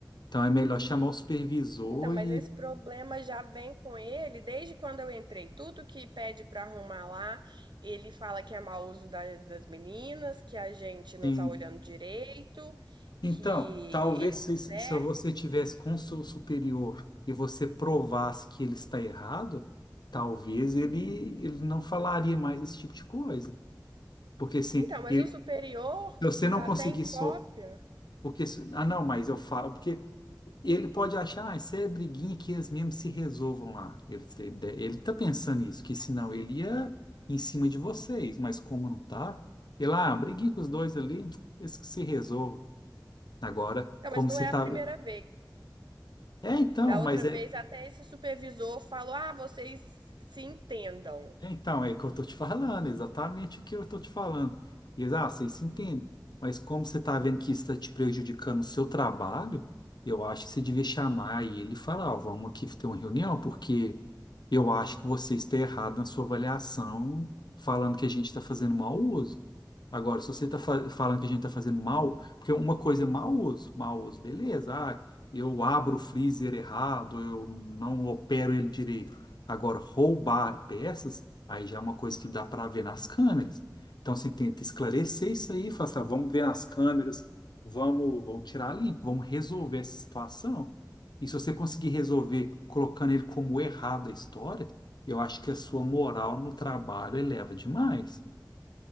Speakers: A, on the left (about 70°); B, on the right (about 80°).
A: Então, é melhor chamar o supervisor
B: Então, mas
A: e,
B: esse problema já vem com ele desde quando eu entrei. Tudo que pede para arrumar lá, ele fala que é mau uso da- das meninas, que a gente não
A: assim,
B: tá olhando direito,
A: Então,
B: que
A: talvez
B: ele
A: se,
B: tá
A: se
B: certo.
A: você tivesse com seu superior e você provasse que ele está errado, talvez ele, ele não falaria mais esse tipo de coisa. Porque assim,
B: Então, mas
A: ele,
B: o superior,
A: se você
B: que
A: não
B: tá
A: conseguir
B: até em
A: só.
B: cópia.
A: Porque, se- ah, não, mas eu falo. Porque ele pode achar, ah, isso é briguinha que eles mesmos se resolvam lá. Ele, ele tá pensando isso, que senão ele ia em cima de vocês. Mas como não tá, ele, ah, briguinha com os dois ali, eles que se resolvam. Agora,
B: Não,
A: como
B: mas não
A: se
B: é
A: tá.
B: a primeira vez.
A: É, então,
B: Da
A: mas
B: outra
A: é,
B: vez, até esse supervisor falou: ah, vocês se entendam.
A: é então, é o que eu tô te falando, exatamente o que eu tô te falando. E eles, ah, vocês se entendem, mas como você tá vendo que isso tá te prejudicando o seu trabalho, eu acho que você devia chamar ele e falar, ó, vamos aqui ter uma reunião, porque eu acho que você está errado na sua avaliação, falando que a gente está fazendo mau uso. Agora, se você está falando que a gente está fazendo mal, porque uma coisa é mau uso, mau uso, beleza, ah, eu abro o freezer errado, eu não opero ele direito. Agora, roubar peças, aí já é uma coisa que dá para ver nas câmeras. Então, você tenta esclarecer isso aí, fala assim, "Ah, vamos ver nas câmeras, vamos, vamos tirar limpo, vamos resolver essa situação. E se você conseguir resolver colocando ele como errado a história, eu acho que a sua moral no trabalho eleva demais.